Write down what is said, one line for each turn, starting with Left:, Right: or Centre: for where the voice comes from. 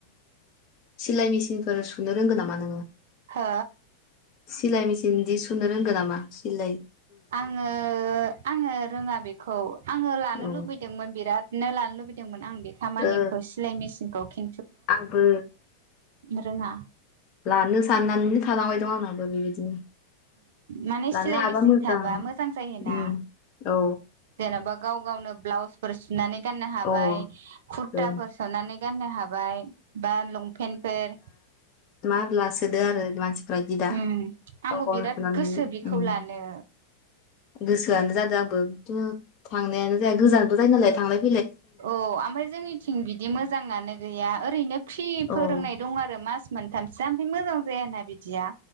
Left: सिलाइ मेसिनफोर सुनो रोंगौ नामा नोंङो?
Right: हो
Left: सिलइ मेसिन इदि सुनो रोंगौ नामा सिलइ
Right: आंङो आंङो रोङा बेखौ आंङो लानो
Left: औ
Right: लुबैदोंमोन बिराद। नो लानो लुबैदोंमोन। आं बे थामानिखौ
Left: ओ
Right: सिलइ मेसिनखौ खि
Left: आंबो
Right: रोङा
Left: लानो साननानैनो थालांबाय दं आंनाबो बेबायदिनो।
Right: माने
Left: लानो
Right: सिलाय
Left: हाबा
Right: मेसिन
Left: मोजां
Right: थाबा मोजां जायोना
Left: उम औ
Right: जेन'बा गाव गावनो ब्लाउसफोर सुनानै गाननो हाबाय
Left: औ
Right: कुरताफोर
Left: ओं
Right: सुनानै गाननो हाबाय बा लंपेन्टफोर
Left: मार लासोदो आरो मानसिफ्रा बिदि दा
Right: उम
Left: गाव
Right: आंबो
Left: गावनो
Right: बिराद
Left: सुनानै
Right: गोसो बेखौ लानो
Left: गोसोआनो जादों आंबो थु थांनायानो जाया गोजानबो जायो नालाय थांनाय
Right: औ ओमफ्राय जोंनिथिं बिदि मोजाङानो गैया ओरैनो फ्रि
Left: औ
Right: फोरोंनाय
Left: ओं
Right: दं आरो मास मोनथामसो ओमफ्राय मोजां जायाना बिदिया